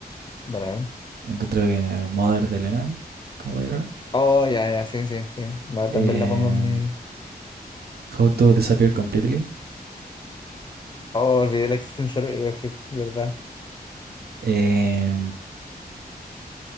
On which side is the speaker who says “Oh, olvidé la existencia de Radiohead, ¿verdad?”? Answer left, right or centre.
Left